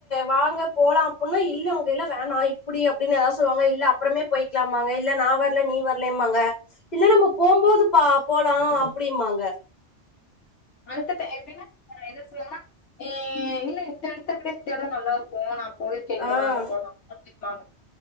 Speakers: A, on the left; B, on the left.
A: வாங்க போலா அப்ன்னா இல்ல அங்கெல்லா வேணா இப்டி அப்டின்னு எதாவது சொல்வாங்க இல்ல அப்றமே போயிக்கலாமாங்க இல்ல நா வர்ல நீ வர்லம்பாங்க இல்ல நம்ம போம்போது பா போலா அப்டிம்பாங்க
B: அடுத்த டை எப்டினா என்ன சொல்லுவாங்கனா இல்ல இந்த எடத்த விட இந்த எடோ நல்லா இருக்கு நா போயிருக்க இங்க
A: ஆஹ்
B: வாங்க போலா அப்டிம்பாங்க